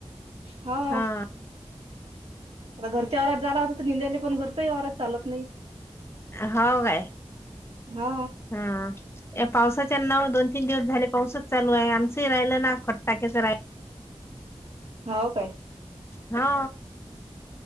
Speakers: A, on the right; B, on the left.
A: हाव.
B: हा
A: म्हटल घरच्या वावरात जालागत होत पण तर निेंदायले पण घरच्या वावरात चालत नाही.
B: होव काय?
A: हा
B: हा. या पावसाच्या नाव दोन तीन दिवस झाले पाऊसच चालू आहे आमचंही राहिलं ना खत टाक्याचं राहिल.
A: हव काय?
B: हा.